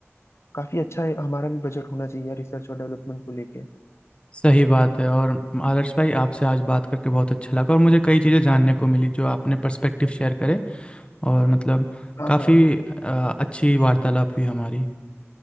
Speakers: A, on the left; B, on the left.
A: काफी अच्छा है हमारा भी बजट होना चाहिए रिसर्च और डेवलपमेंट को लेके
B: सही बात है और आदर्श भाई आपसे आज बात करके बहुत अच्छा लगा और मुझे कई चीज़ें जानने को मिली जो आपने पर्सपेक्टिव शेयर करे और मतलब
A: हाँ
B: काफ़ी
A: हाँ
B: अच्छी वार्तालाप हुई हमारी